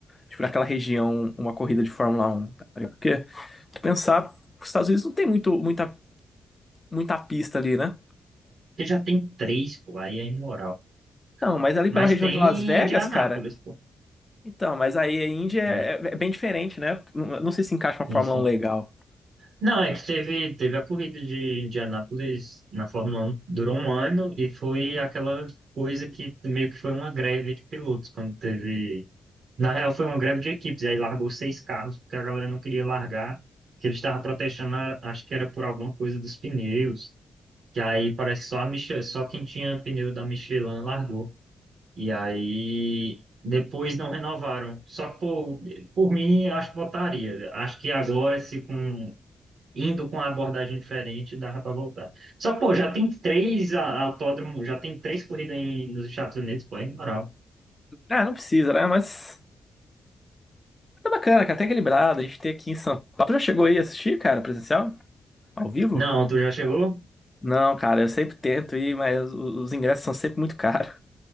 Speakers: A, on the left; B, on the right.
A: tipo, naquela região, uma corrida de Fórmula Um, tá ligado? Porque, se pensar, os Estados Unidos não tem muito, muita, muita pista ali, né?
B: Porque já tem três, pô, aí é imoral.
A: Não, mas ali
B: Mas
A: pela região
B: tem
A: de Las Vegas,
B: Indianápolis,
A: cara,
B: pô.
A: então, mas aí a Índia é,
B: É,
A: é é bem diferente, né? Não, não sei se encaixa uma
B: sim,
A: Fórmula
B: sim.
A: Um legal.
B: Não, é que teve, teve a corrida de Indianápolis na Fórmula 1, durou um ano e foi aquela coisa que meio que foi uma greve de pilotos, quando teve. Na real, foi uma greve de equipes, aí largou seis carros, porque a galera não queria largar, que eles estavam protestando, a- acho que era por alguma coisa dos pneus, que aí parece que só, a Miche- só quem tinha pneu da Michelin largou. E aí depois não renovaram. Só por, por mim, acho que botaria. Acho que agora, se com indo com uma abordagem diferente, dava para voltar. Só, pô, já tem três a- autódromos, já tem três corridas em- nos Estados Unidos, pô, aí, moral.
A: Ah, não precisa, né? Mas tá bacana, cara, até equilibrado. A gente tem aqui em São Paulo. Tu já chegou aí a assistir, cara, presencial? Ao vivo?
B: Não, tu já chegou?
A: Não, cara, eu sempre tento ir, mas o- os ingressos são sempre muito caros.